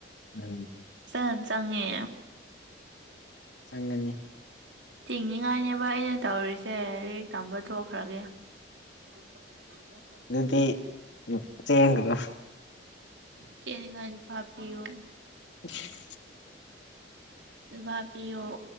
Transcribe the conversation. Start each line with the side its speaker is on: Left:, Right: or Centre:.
Left: ꯎꯝ
Right: ꯆ ꯆꯪꯉꯦ
Left: ꯆꯪꯒꯅꯤ
Right: ꯆꯤꯡꯅꯤꯉꯥꯏꯅꯦꯕ ꯑꯩꯅ ꯇꯧꯔꯤꯁꯦ ꯂꯥꯏꯔꯤꯛ ꯇꯝꯕ ꯇ ꯊꯣꯛꯈ꯭ꯔꯒꯦ <inaudible>
Left: ꯑꯗꯨꯗꯤ ꯆꯦꯡꯈ꯭ꯔꯣ <unintelligible>
Right: ꯆꯦꯅꯤꯉꯥꯏ ꯅꯨꯄꯥ ꯄꯤꯌꯣ
Left: ꯑ <inaudible>
Right: ꯚꯥꯕꯤꯤ ꯑꯣ